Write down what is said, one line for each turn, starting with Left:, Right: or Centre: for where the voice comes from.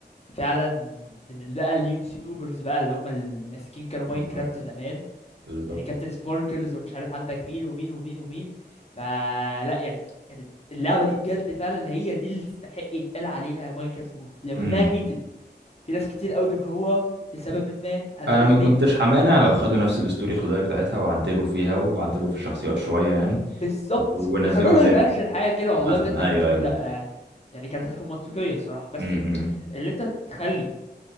Left: فعلا من بقى اليوتيوبرز بقى اللي هم الماسكين كانوا ماينكرافت
Right: بالظبط
Left: زمان
Right: بالظبط
Left: يعني كابتن سباركلز ومش عارف عندك مين ومين ومين ومين فلا يعني كانت اللعبة دي بجد فعلا هي دي اللي تستحق يتقال عليها ماينكرافت موف لو
Right: امم
Left: انها هيتد في ناس كتير قوي بيكرهوها لسبب ما انا مش
Right: انا
Left: عارف
Right: ما كنتش
Left: ليه
Right: همانع لو خدوا نفس الاستوري خلي بالك بتاعتها وعدلوا فيها وعدلوا في الشخصيات شويه يعني
Left: بالظبط
Right: و- ونزلوها
Left: يخلوها لايف
Right: زي ما
Left: اكشن
Right: هي.
Left: حاجة كده والله
Right: مثلا
Left: بجد انا
Right: ايوه
Left: ما كنتش هقول
Right: ايوه
Left: لا
Right: أيوة.
Left: يعني يعني كانت هتكون منطقية الصراحة بس
Right: امم
Left: اللي انت تخلي